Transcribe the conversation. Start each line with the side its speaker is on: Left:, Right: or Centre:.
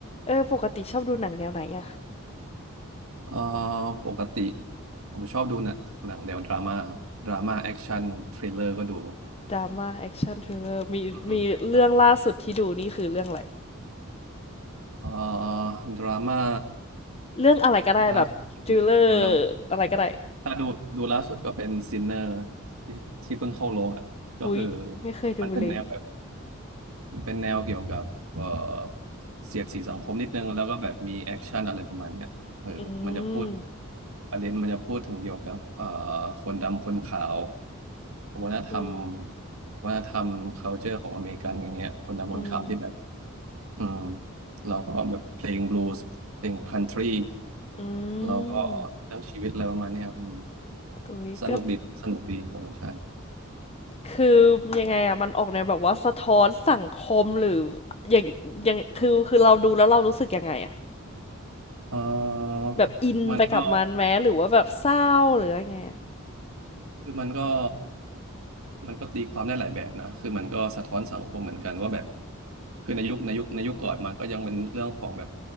Left: เออปกติชอบดูหนังแนวไหนอะ
Right: เอ่อปกติผมชอบดูหนังหนังแนวดราม่าครับดราม่าแอคชั่นทริลเลอร์ก็ดู
Left: ดราม่าแอคชั่นทริลเลอร์มีมีเรื่องล่าสุดที่ดูนี่คือเรื่องอะไร
Right: อืมใช่เอ่อดราม่า
Left: เรื่องอะไรก็ได้แบบทริลเลอร์
Right: ล่าสุดเรื่อ
Left: อะไรก็ได้
Right: ถ้าดูดูล่าสุดก็เป็นซินเนอร์ที่ที่เพิ่งเข้าโรงอ่ะก็คือ
Left: หุยไม่เคยดูเลย
Right: มันเป็นแนวแบบ มันเป็นแนวเกี่ยวกับเอ่อเสียดสีสังคมนิดนึงแล้วก็แบบมีแอคชั่นอะไรประมาณเนี้ยเออมันจะพูด
Left: อืม
Right: ประเด็นมันจะพูดถึงเกี่ยวกับเอ่อคนดำคนขาววัฒนธรรม
Left: อืม
Right: วัฒนธรรม culture ของอเมริกันอย่างเงี้ยคนดำคนขาวที่แบบ
Left: อืม
Right: อืมเราก็แบบเพลงบลูส์เพลงคันทรี
Left: อื
Right: เราก็เรื่องชีวิตอะไรประมาณเนี้ยอืม
Left: มอุ้ยก็
Right: สนุกดี สนุกดีเออใช่
Left: คือยังไงอะมันออกแนวแบบว่าสะท้อนสังคมหรืออย่างอย่างคือคือเราดูแล้วเรารู้สึกยังไงอะ
Right: เออ
Left: แบบอินไปกับมันแม้หรือว่าแบบเศร้าหรือยังไงอะ
Right: มันก็ คือมันก็มันก็ตีความได้หลายแบบนะคือมันก็สะท้อนสังคมเหมือนกันว่าแบบคือในยุคในยุคในยุคก่อนมันก็ยังเป็นเรื่องของแบบ